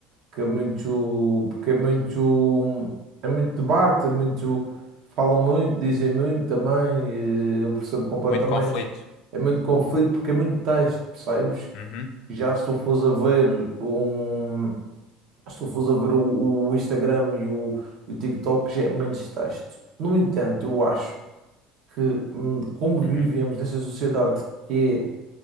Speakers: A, on the right; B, on the left.
A: que é muito, porque é muito, é muito debate, é muito, falam muito, dizem muito também, eh, eu percebo completamente.
B: Muito conflito.
A: É muito conflito porque é muito texto, percebes?
B: Uhum,
A: Já se tu fores a ver um, se tu fores a ver o, o Instagram e o, e o TikTok já é menos texto. No entanto, eu acho que hum, como
B: uhum,
A: vivemos nessa sociedade que